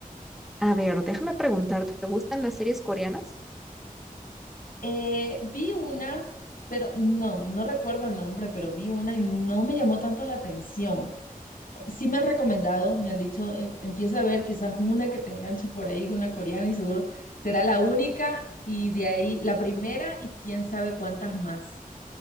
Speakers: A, in the centre; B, on the left (about 80°).
A: A ver, déjame preguntarte, ¿te gustan las series coreanas?
B: Eh, vi una, pero no, no recuerdo el nombre, pero vi una y no me llamó tanto la atención. Eh, Sí me han recomendado, me han dicho, eh, empieza a ver quizás una que te enganche por ahí, una coreana y seguro será la única y de ahí la primera y quién sabe cuántas más.